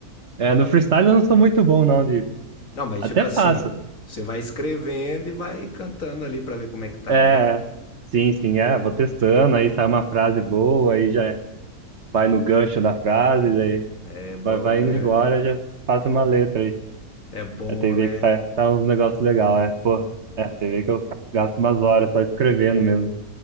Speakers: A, on the right (about 50°); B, on the left (about 60°).
A: é, no freestyle eu não sou muito bom, não, de...
B: Não, mas
A: Até
B: tipo assim,
A: faço.
B: você vai escrevendo e vai cantando ali pra ver como é que tá,
A: É,
B: né?
A: sim, sim, é, vou testando, aí sai uma frase boa, aí já vai no gancho da frase,
B: É bom,
A: Vai, vai
B: né?
A: indo embora, já faço uma letra aí.
B: É bom,
A: A TV
B: né?
A: que sai, sai uns negócios legais, é. Pô, é, TV que eu gasto umas horas só escrevendo mesmo.